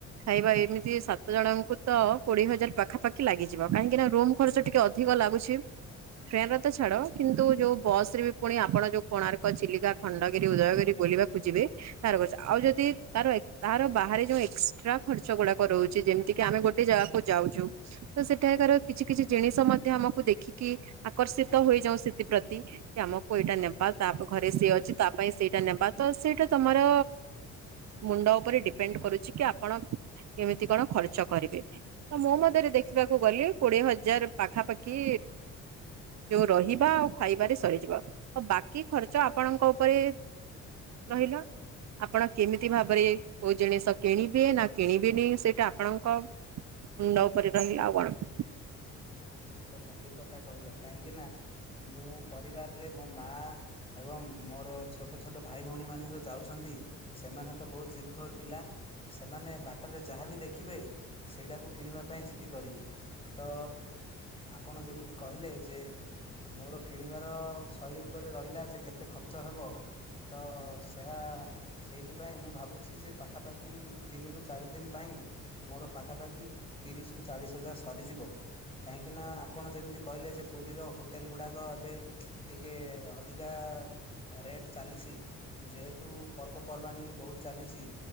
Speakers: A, on the right; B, on the left.
A: ଖାଇବା ଏମିତି ସାତ ଜଣଙ୍କୁ ତ କୋଡିଏ ହଜାର ପାଖାପାଖି ଲାଗି ଯିବ। କାହିଁକି ନା ରୁମ ଖର୍ଚ୍ଚ ଟିକେ ଅଧିକ ଲାଗୁଛି। ଫ୍ରେଣ୍ଡ ତ ଛାଡ କିନ୍ତୁ ଯୋଉ ବସରେ ବି ପୁଣି ଆପଣ ଯୋଉ କୋଣାର୍କ, ଚିଲିକା, ଖଣ୍ଡଗିରି, ଉଦୟଗିରି ବୁଲିବାକୁ ଯିବେ ତାର ଖର୍ଚ୍ଚ। ଆଉ ଯଦି ତାର ତାର ବାହାରେ ଯୋଉ ଏକ୍ସଟ୍ରା ଖର୍ଚ୍ଚ ଗୁଡାକ ରହୁଛି ଯେମିତି କି ଆମେ ଗୋଟେ ଗୋଟେ ଜାଗାକୁ ଯାଉଛୁ। ତ ସେଠାକାର କିଛି କିଛି ଜିନିଷ ମଧ୍ୟ ଆମକୁ ଦେଖିକି ଆକର୍ଷିତ ହୋଇଯାଉ ସେଥିପ୍ରତି କି ଆମକୁ ଏଇଟା ନେବା, ତା ଘରେ ସିଏ ଅଛି ତା ପାଇଁ ସେଇଟା ନେବା ତ ସେଇଟା ତମର ମୁଣ୍ଡ ଉପରେ ଡିପେଣ୍ଡ କରୁଛି କି ଆପଣ କେମିତି କଣ ଖର୍ଚ୍ଚ କରିବେ। ତ ମୋ ମଧ୍ୟରେ ଦେଖିବାକୁ ଗଲେ କୋଡିଏ ହଜାର ପାଖାପାଖି ଯୋଉ ରହିବା ଆଉ ଖାଇବାରେ ସରିଯିବା। ଆଉ ବାକି ଖର୍ଚ୍ଚ ଆପଣଙ୍କ ଉପରେ ରହିଲା। ଆପଣ କେମିତି ଭାବରେ କୋଉ ଜିନିଷ କିଣିବେ ନା କିଣିବେନି ସେଇଟା ଆପଣଙ୍କ ମୁଣ୍ଡ ଉପରେ ରହିଲା, ଆଉ କଣ।
B: ଠିକ କଥା ଠିକ କଥା କହିଲ। କାହିଁକି ନା ମୁଁ ପରିବାରରେ ମୋ ମା ଏବଂ ମୋର ଛୋଟ ଛୋଟ ଭାଇ ଭଉଣୀମାନେ ଯେଉଁ ଯାଉଛନ୍ତି। ସେମାନେ ତ ବହୁତ ଜିଦ୍ ଘୋର ପିଲା। ସେମାନେ ବାଟରେ ଯାହାବି ଦେଖିବେ, ସେଇଟାକୁ କିଣିବା ପାଇଁ ଜିଦି କରିବେ। ତ ଆପଣ ଯେମିତି କହିଲେ ଯେ ମୋର କିଣିବାର ଶୈଳୀ ଉପରେ ରହିଲା ଯେ କେତେ ଖର୍ଚ୍ଚ ହେବ। ତ ସେହା ସେଇଥିପାଇଁ ମୁଁ ଭାବୁଛି ଯେ ପାଖାପାଖି ତିନିରୁ ଚାରି ଦିନ ପାଇଁ ମୋର ପାଖାପାଖି ତିରିଶି ରୁ ଚାଳିଶ ହଜାର ସରିଯିବ। କାହିଁକିନା ଆପଣ ଯେମିତି କହିଲେ ଯେ, ପୁରୀର ହୋଟେଲ ଗୁଡ଼ାକ ଏବେ ଟିକେ ଅଧିକା ରେଟ୍ ଚାଲିଛି, ଯେହେତୁ ପର୍ବପର୍ବାଣି ବହୁତ ଚାଲିଛି।